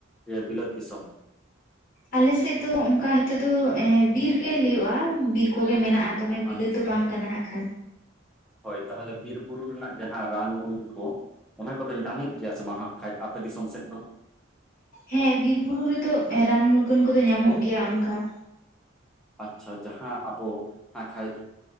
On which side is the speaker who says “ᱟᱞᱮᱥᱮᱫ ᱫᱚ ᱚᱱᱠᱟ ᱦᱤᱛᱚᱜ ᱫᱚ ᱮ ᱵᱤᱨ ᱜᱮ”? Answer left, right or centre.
Left